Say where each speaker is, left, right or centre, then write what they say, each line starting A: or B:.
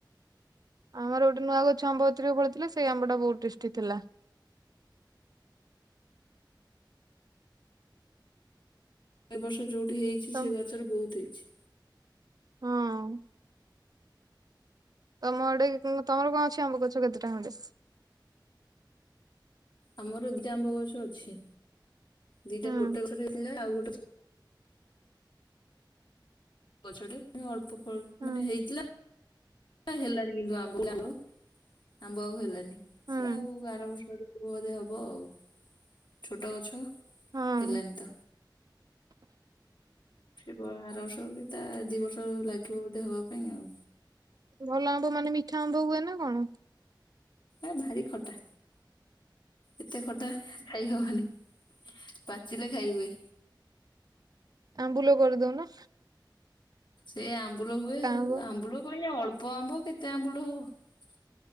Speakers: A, on the right; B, on the left.
A: ଆମର ଗୋଟେ ନୂଆ ଗଛ ଆମ୍ବ ଏଥର ଫଳିଥିଲା ସେ ଆମ୍ବ ଟା ବହୁତ ଟେଷ୍ଟି ଥିଲା।
B: ଏ ବର୍ଷ ଯୋଉଠି ହେଇଛି
A: ତ
B: ସେ ଗଛରେ ବହୁତ ହେଇଛି।
A: ହଁ। ତମ ଆଡ଼େ କ ତମର କଣ ଅଛି ଆମ୍ୱ ଗଛ କେତେଟା ଖଣ୍ଡେ।
B: ଆମର ଦି ଟା ଆମ୍ବ ଗଛ ଅଛି ଦିଟାରୁ
A: ହୁଁ
B: ଗୋଟେ ଗଛରେ ହେଇଥିଲା ଆଉ ଗୋଟେ। <inaudible> ଗଛଟେ ଅଳ୍ପ ଫଳ
A: ହୁଁ
B: ମାନେ ହେଇଥିଲା। ହେଲାଣି କିନ୍ତୁ ଆମ୍ବ ପୂଳ ଆମ୍ବ ଆଉ ହେଲାନି
A: ହୁଁ
B: ସ ଆଉ ବାର ବର୍ଷ ଆଡ଼କୁ। ବଧେ ହବ ଆଉ ଛୋଟ ଗଛ।
A: ହଁ
B: ହେଲନି ତ ସେ ବ ଆର ବର୍ଷ କି ତା ଦି ବର୍ଷ ଲାଗିବ ବୋଧେ ହବା ପାଇଁ ଆଉ।
A: ଭଲ ଆମ୍ବ ମାନେ ମିଠା ଆମ୍ବ ହୁଏ ନା କଣ।
B: ଏ ଭାରି ଖଟା ଏତେ ଖଟା। ଖାଇ ହବନି ପାଚିଲେ ଖାଇ ହୁଏ।
A: ଆମ୍ୱୁଲ କରିଦଉନ।
B: ସେ ଆମ୍ବୁଲ ହୁଏ
A: ତା
B: ଆଉ
A: ଆମ୍ବ
B: ଆମ୍ବୁଲ ପାଇଁ ଅଳ୍ପ ଆମ୍ବ କେତେ ଆମ୍ବୁଲ ହବ।